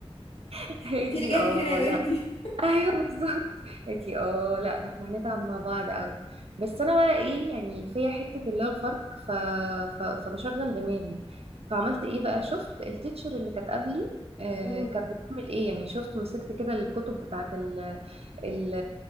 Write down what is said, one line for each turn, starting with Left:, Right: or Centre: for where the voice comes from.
Right: <laughs> لي
Left: انت اللي جايبك
Right: اه
Left: هنا يا بنتي
Right: ايوه بالظبط قالت لي اه لا ده احنا هنتعب مع بعض قوي بس انا بقى ايه يعني فيا حته اللي هو الفرق ف... ف... فبشغل دماغي فعملت ايه بقى شفت التيتشر اللي كانت قبلي آه
Left: امم
Right: كانت بتعمل ايه يعني شفت مسكت كده الكتب بتاعت ال ال